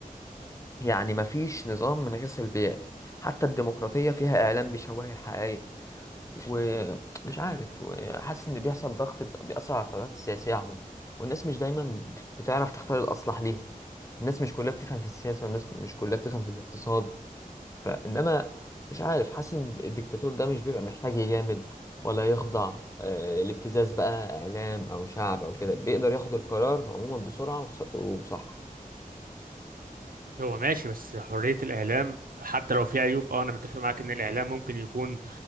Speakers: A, on the left; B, on the right.
A: يعني مفيش نظام من غير سلبيات حتى الديمقراطية فيها إعلام بيشوه الحقائق ومش عارف وحاسس إن بيحصل ضغط بت- بيأثر على القرارات السياسية عموما والناس مش دايما بتعرف تختار الأصلح ليها الناس مش كلها بتفهم في السياسة والناس مش كلها بتفهم في الاقتصاد فانما مش عارف حاسس ان الدكتاتور ده مش بيبقى محتاج يجامل ولا يخضع آه، لابتزاز بقى اعلام او شعب او كده بيقدر ياخد القرار عموما بسرعه وص- وصح
B: هو ماشي بس حرية الإعلام حتى لو في عيوب اه أنا متفق معاك إن الإعلام ممكن يكون